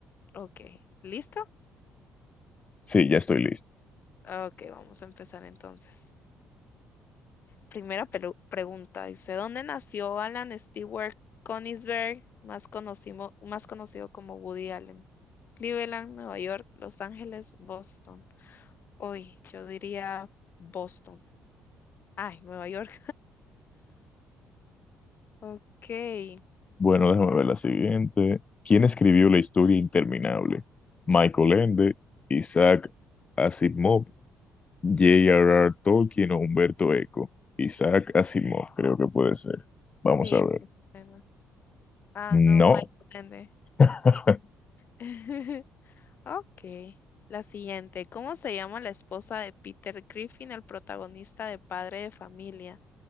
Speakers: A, on the left; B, on the left.
A: Ok, ¿listo?
B: Sí, ya estoy listo.
A: Ok, vamos a empezar entonces. Primera pelu- pregunta, dice, ¿dónde nació Alan Stewart Konisberg, más conocido, más conocido como Woody Allen? Cleveland, Nueva York, Los Ángeles, Boston. Uy, yo diría Boston. Ay, Nueva York. <laughs>
B: Bueno, déjame
A: Ok.
B: ver la siguiente. ¿Quién escribió la historia interminable? Michael Ende, Isaac Asimov, J.R.R. Tolkien o Humberto Eco. Isaac Asimov, creo que puede ser. Vamos
A: Sí,
B: a ver.
A: pues bueno. Ah,
B: No,
A: no, Michael Ende.
B: <laughs>
A: <laughs> Ok. La siguiente. ¿Cómo se llama la esposa de Peter Griffin, el protagonista de Padre de Familia?